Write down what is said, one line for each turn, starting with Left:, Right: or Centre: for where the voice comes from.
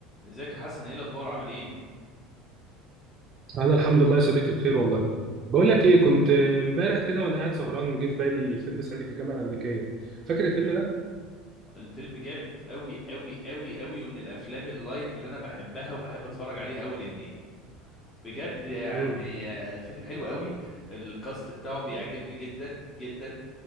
Left: ازيك يا حسن ايه الاخبار عامل ايه
Right: انا الحمد لله يا صديقي بخير والله بقول لك ايه كنت امبارح كده وانا قاعد سهران جه في بالي فيلم صعيدي في الجامعه الامريكيه فاكر الفيلم ده
Left: الفيلم جامد قوي قوي قوي قوي ومن الافلام اللايت اللي انا بحبها وبحب اتفرج عليها قوي لهنيدي بجد يعني
Right: امم
Left: آه، فيلم حلو قوي الكاست بتاعه بيعجبني جدا جدا